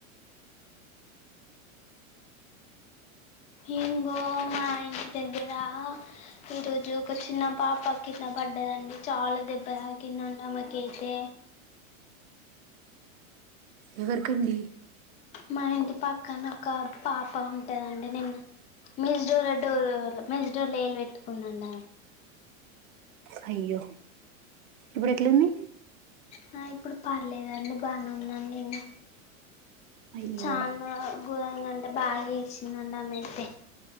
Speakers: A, on the left; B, on the right.
A: ఇంగో మా ఇంటి దగ్గర ఈ రోజు ఒక చిన్న పాప కింద బడ్డదండి చాల దెబ్బ తాకిందండి ఆమెకైతే
B: ఎవరికండి
A: మా ఇంటి పక్కన ఒకా పాప ఉంటదండి నిన్న మేస్డోర్ డోర డోర్ మెష్ డోర్లో ఏలు పెట్టుకుందండామే
B: హయ్యో ఇపుడెట్లుంది
A: హా ఇప్పుడు పర్లేదండి బానే ఉందండింగ
B: అయ్యో
A: చానా గోరంగంటే బాగా ఏడ్చిందండి ఆమైతే